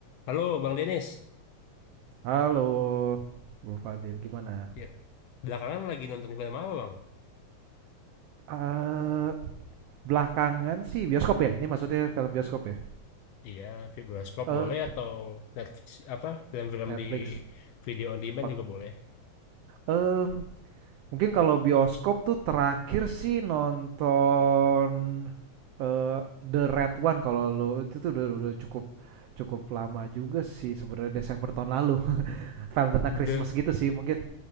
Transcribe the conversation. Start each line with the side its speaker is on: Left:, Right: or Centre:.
Left: Halo Bang Denis,
Right: Halo, Bro Fadil, gimana?
Left: ya. Belakangan lagi nonton film apa Bang?
Right: Eee, belakangan sih bioskop ya? Ini maksudnya film bioskop ya?
Left: Iya, film bioskop
Right: Eh,
Left: boleh atau Netflix apa film-film
Right: Netflix.
Left: di video on demand
Right: Ot
Left: juga boleh.
Right: Mmm, mungkin kalau bioskop tuh terakhir sih nonton, eee, The Red One kalau lu itu tuh udah udah cukup cukup lama juga sih sebenarnya Desember tahun lalu. <laughs> Film tentang
Left: The
Right: Christmas gitu sih mungkin.